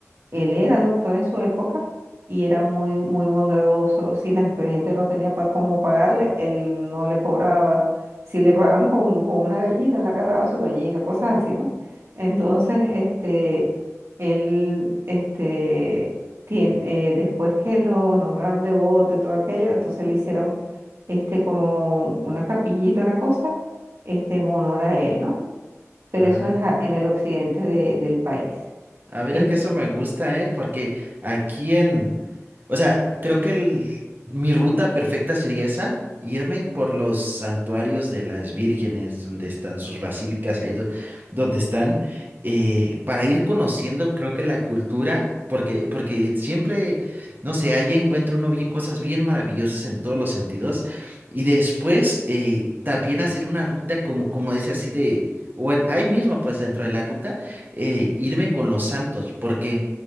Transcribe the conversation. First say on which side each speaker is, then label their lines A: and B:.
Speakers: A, on the right; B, on the right.
A: él era doctor en su época y era muy, muy bondadoso. Si la gente no tenía para cómo pagarle, él no le cobraba. Si le pagaban con, con una gallina, él agarraba su gallina, cosas así, ¿no? Entonces, este, él, este, tien- eh, después que lo nombraron devoto y todo aquello, entonces le hicieron, este, como una capillita, una cosa, este, en honor a él, ¿no? Pero
B: <laughs> Ah.
A: eso es a- en el occidente de- del país.
B: A ver,
A: Este,
B: es que eso me gusta, ¿eh? Porque aquí en, o sea, creo que el, mi ruta perfecta sería esa, irme por los santuarios de las vírgenes, donde están sus basílicas, ahí do- donde están, eh, para ir conociendo, creo que la cultura, porque, porque siempre, no sé, ahí encuentro uno bien, cosas bien maravillosas en todos los sentidos, y después eh, también hacer una ruta como, como dice así de, bueno, ahí mismo, pues dentro de la ruta eh, irme con los santos, porque